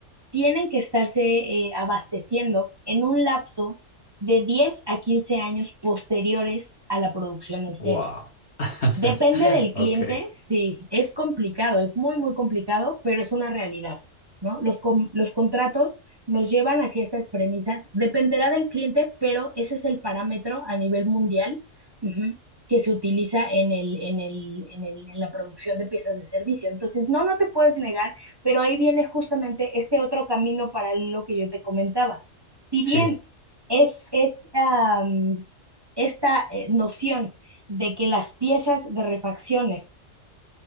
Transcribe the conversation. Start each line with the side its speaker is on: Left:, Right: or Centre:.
Right: tienen que estarse eh, abasteciendo en un lapso de 10 a 15 años posteriores a la producción en serie.
Left: wow. <laughs>
Right: Depende del cliente,
Left: Ok,
Right: sí, es complicado, es muy, muy complicado, pero es una realidad, ¿no? Los, con- los contratos nos llevan hacia estas premisas. Dependerá del cliente, pero ese es el parámetro a nivel mundial, ujú, que se utiliza en el, en el, en el, en la producción de piezas de servicio. Entonces, no, no te puedes negar, pero ahí viene justamente este otro camino paralelo que yo te comentaba. Si bien
Left: sí.
Right: es, es, am, esta eh, noción de que las piezas de refacciones